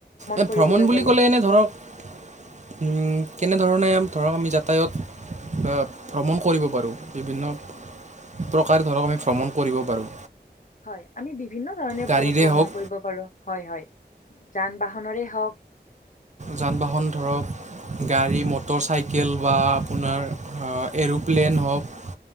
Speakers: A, on the right; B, on the left.
A: এই
B: কৰিবলৈ
A: ভ্ৰমণ বুলি
B: গ'লে
A: ক'লে এনে ধৰক কেনেধৰণে ধৰক আমি যাতায়ত ভ্ৰমণ কৰিব পাৰোঁ বিভিন্ন প্ৰকাৰে ধৰক আমি ভ্ৰমণ কৰিব পাৰোঁ।
B: হয় আমি বিভিন্ন ধৰণে
A: গাড়ীৰে
B: ভ্ৰমণ
A: হওক
B: কৰিব পাৰো। হয় হয় যান বাহনৰৰে ৰে হওঁক
A: যান বাহন ধৰক গাড়ী
B: হয়
A: মটৰ চাইকেল বা আপোনাৰ
B: হয়
A: এৰোপ্লেন হওঁক